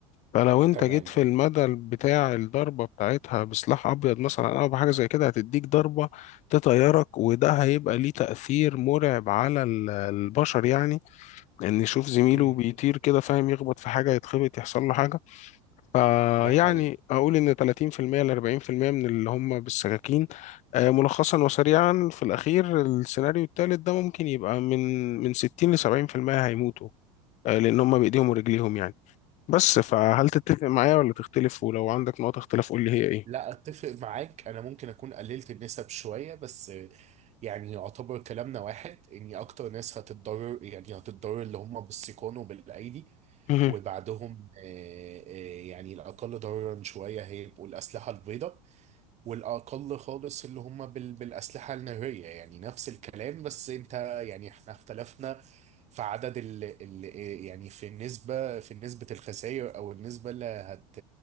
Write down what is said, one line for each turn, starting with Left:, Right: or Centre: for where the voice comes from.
Left: فلو أنت
Right: تمام
Left: جيت في المدى بتاع الضربة بتاعتها بسلاح أبيض مثلا أو بحاجة زي كده هتديك ضربة تطيرك وده هيبقى ليه تأثير مرعب على ال- البشر يعني إن يشوف زميله
Right: امم
Left: بيطير كده فاهم يخبط في حاجة يتخبط يحصل له حاجة فيعني
Right: ده حقيقي
Left: أقول إن 30% ل 40% من اللي هم بالسكاكين آه، ملخصا وسريعا في الأخير السيناريو التالت ده ممكن يبقى من من 60 ل 70% هيموتوا آه، لأن هم بإيديهم ورجليهم يعني بس فهل تتفق معايا ولا تختلف ولو عندك نقط اختلاف قول لي هي إيه
Right: لا اتفق معاك انا ممكن اكون قللت النسب شويه بس يعني يعتبر كلامنا واحد اني اكتر ناس هتتضرر يعني هتتضرر اللي هم بالسيقان وبالايدي
Left: مهم.
Right: وبعدهم آه، آه، يعني الاقل ضررا شويه هيبقوا الاسلحه البيضاء والأقل خالص اللي هم بال... بالأسلحة النارية يعني نفس الكلام بس أنت يعني إحنا اختلفنا في عدد ال... ال... يعني في النسبة في نسبة الخسائر أو النسبة اللي هت...